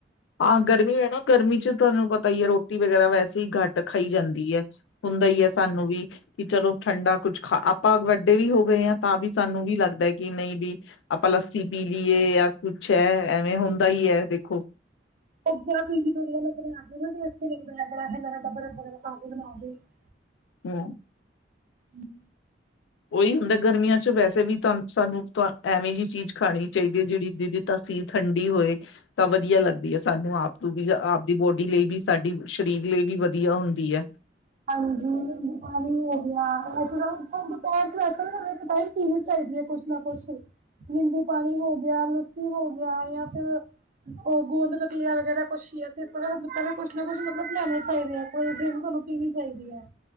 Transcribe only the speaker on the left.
ਹਾਂ ਗਰਮੀ ਹੈ ਨਾ, ਗਰਮੀ ਚ ਤੁਹਾਨੂੰ ਪਤਾ ਹੀ ਹੈ ਰੋਟੀ ਵਗੈਰਾ ਵੈਸੇ ਹੀ ਘੱਟ ਖਾਈ ਜਾਂਦੀ ਹੈ। ਹੁੰਦਾ ਹੀ ਹੈ ਸਾਨੂੰ ਵੀ। ਕਿ ਚਲੋ ਠੰਡਾ ਕੁੱਛ ਖਾ ਆਪਾਂ ਵੱਡੇ ਵੀ ਹੋ ਗਏ ਹਾਂ ਤਾਂ ਵੀ ਸਾਨੂੰ ਵੀ ਲੱਗਦਾ ਕਿ ਨਹੀਂ ਵੀ। ਆਪਾਂ ਲੱਸੀ ਪੀ ਲਈਏ, ਜਾਂ ਕੁਛ ਹੈ ਐਵੇਂ ਹੁੰਦਾ ਹੀ ਹੈ ਦੇਖੋ।
ਹਾਂ।
ਉਹੀ ਹੁੰਦਾ, ਗਰਮੀਆਂ ਚ ਵੈਸੇ ਵੀ ਤੁਹਾਨੂੰ ਸਾਨੂੰ ਐਵੇਂ ਜਿਹੀ ਚੀਜ਼ ਖਾਣੀ ਚਾਹੀਦੀ ਹੈ ਜਿਹੜੀ ਦੀ-ਦੀ। ਤਾਸੀਰ ਠੰਡੀ ਹੋਏ। ਤਾਂ ਵਧੀਆ ਲੱਗਦੀ ਹੈ ਸਾਨੂੰ ਆਪ ਨੂੰ ਵੀ ਆਪਦੀ ਬੋਡੀ ਲਈ ਵੀ ਸਾਡੀ ਸਰੀਰ ਲਈ ਵੀ ਵਧੀਆ ਹੁੰਦੀ ਹੈ।